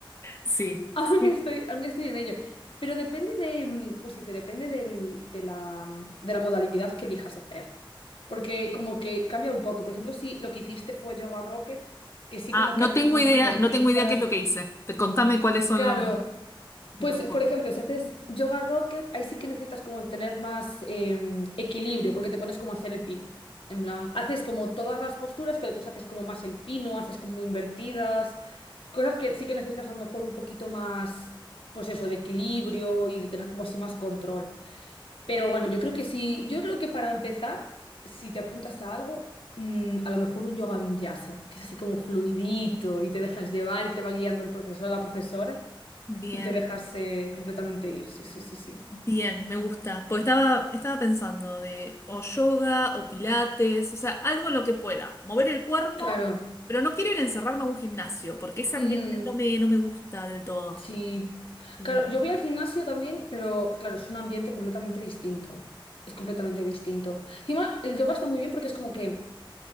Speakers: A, on the left (about 30°); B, on the left (about 80°).
A: Sí.
B: Aún
A: Sí.
B: estoy, aún estoy en ello. Pero depende de, mm, ¿cómo se dice? Depende del- de la, de la modalidad que elijas hacer. Porque como que cambia un poco. Por ejemplo, si lo que hiciste fue yoga rocket, que sí como
A: Ah, no
B: que hacen
A: tengo
B: más
A: idea,
B: invertidas.
A: no tengo idea qué es lo que hice. Te- Contame cuáles son
B: Claro,
A: los, los
B: Pues,
A: focus.
B: por ejemplo, si haces yoga rocket, ahí sí que necesitas como tener más eh, equilibrio, porque te pones como a hacer el pin. En plan, haces como todas las posturas, pero después haces como más el pino, haces como invertidas, cosas que sí que necesitas a lo mejor un poquito más, pues eso, de equilibrio y de tener como así más control. Pero bueno, yo creo que sí, yo creo que para empezar, si te apuntas a algo, mm, a lo mejor un yoga vinyasa, que es así como fluidito y te dejas llevar y te va guiando el profesor o la profesora
A: Bien.
B: y te dejarse completamente ir, sí, sí, sí, sí.
A: Bien, me gusta. Porque estaba, estaba pensando de o yoga o pilates, o sea, algo en lo que pueda. Mover el cuerpo,
B: Claro,
A: pero no quiero ir a encerrarme a un gimnasio, porque ese ambiente
B: Mm,
A: no me, no me gusta del todo.
B: sí.
A: Eh,
B: Claro, yo voy al gimnasio también, pero claro, es un ambiente completamente distinto. Es completamente distinto. Encima, el yoga está muy bien porque es como que